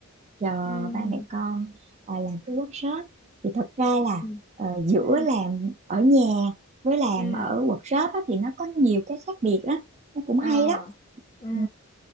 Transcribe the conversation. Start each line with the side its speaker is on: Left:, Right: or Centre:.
Right: chờ
Left: ừ
Right: ba mẹ con ờ, làm cái workshop thì thật ra là
Left: ừ
Right: ờ, giữa
Left: ừ
Right: làm ở nhà với làm
Left: ừ
Right: ở workshop á, thì nó có nhiều cái khác biệt đó nó cũng
Left: ờ
Right: hay đó
Left: ừ
Right: Ừ.